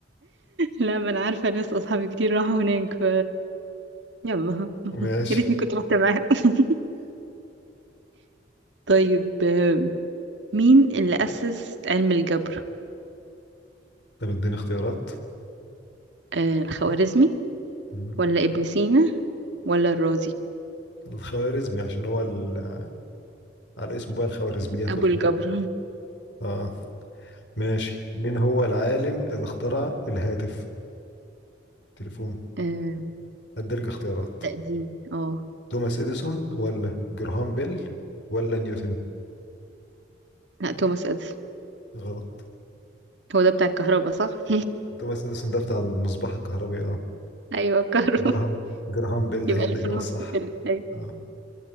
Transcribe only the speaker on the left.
ماشي
طب اديني اختيارات
مم.
الخوارزمي عشان هو ال... على اسمه بقى الخوارزميات
والحاجات
دي اه ماشي مين هو العالم اللي اخترع الهاتف تليفون
هديلك اختيارات
توماس اديسون ولا جراهام بيل ولا نيوتن
غلط
توماس اديسون ده بتاع المصباح الكهربي اه
جراهام جراهام بيل
هي
الاجابه
الصح
اه